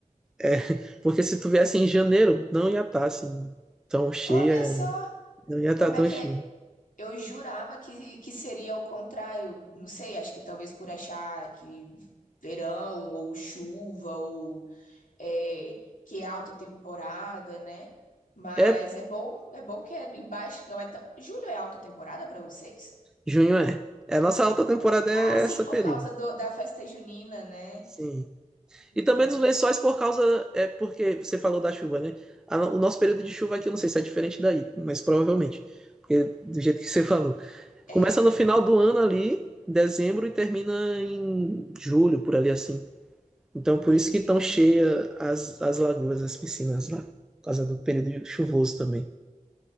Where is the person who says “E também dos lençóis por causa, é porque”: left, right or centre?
Centre